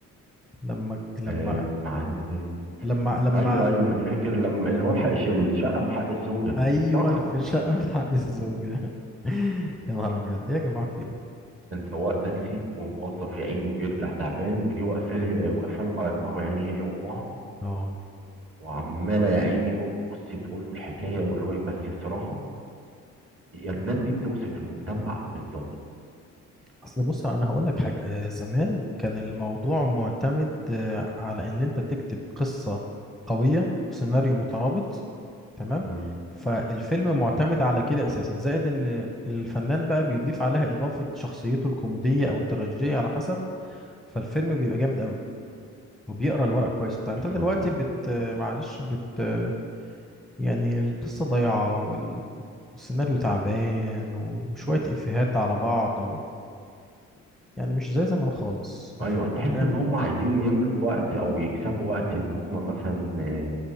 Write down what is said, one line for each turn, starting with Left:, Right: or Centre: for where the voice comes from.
Centre: لما لما
Right: آه مع ال- زي
Centre: لما لما
Right: ايوه ايوه انا فاكر لما اللي هو الحق الشقة من حق الزوجة
Centre: أيوه
Right: صح
Centre: في الشقة من حق الزوجة <laughs> يا نهار أبيض إيه يا جماعة في إيه؟
Right: كان سواق تاكسي وموظف يا عيني وبيرجع تعبان ودي واقفه لي- واقفه له على دماغه يا عيني هي وامها
Centre: آه
Right: وعماله يا عيني بص تقول له الحكايه والروايه بس بصراحه الناس دي بتوصف المجتمع بالظبط
Centre: اصل بص انا هقول لك حاجه آه، زمان كان الموضوع معتمد آه، على ان انت تكتب قصه قويه سيناريو مترابط تمام
Right: امم
Centre: فالفيلم معتمد على كده اساسا زائد ان الفنان بقى بيضيف عليها اضافه شخصيته الكوميديه او التراجيديه على حسب فالفيلم بيبقى جامد قوي وبيقرا الورق كويس بتاع
Right: بالظبط
Centre: انت دلوقتي
Right: اه
Centre: بت آه،
Right: أيوة.
Centre: معلش بت آه، يعني القصه ضايعه وال... والسيناريو تعبان وشويه افيهات على بعض يعني مش زي زمان خالص وفي
Right: ايوه تحس
Centre: اهتمام
Right: ان هم عايزين يملوا وقت او يكسبوا وقت ان هم مثلا آه،